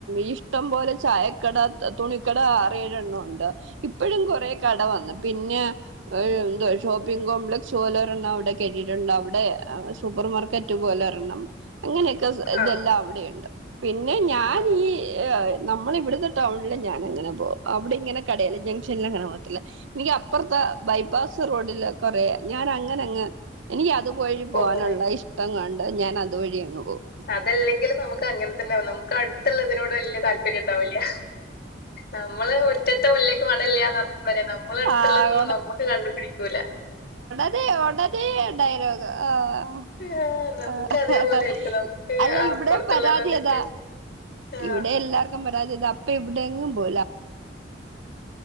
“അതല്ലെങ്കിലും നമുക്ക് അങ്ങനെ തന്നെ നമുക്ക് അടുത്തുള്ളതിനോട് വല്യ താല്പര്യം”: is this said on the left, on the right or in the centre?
Left